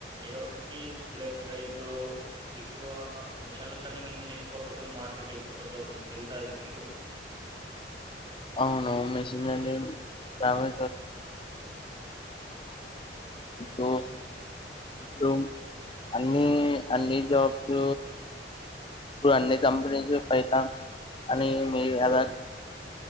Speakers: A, on the right; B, on the left.
A: ఏదో ఒకటి. పై ఇప్పుడు ఎక్కువ మిషన్ లర్నింగ్ తీసుకో కోసం మార్కెట్ ఎక్కువ వచ్చ వస్తుంది తెలుస అది మీకు
B: అవును మెషన్ <unintelligible> అవి తో <unintelligible> అన్ని అన్ని జాబ్స్. ఇప్పుడు అన్ని కంపనీస్ పైథాన్ అని మీదనే అలా.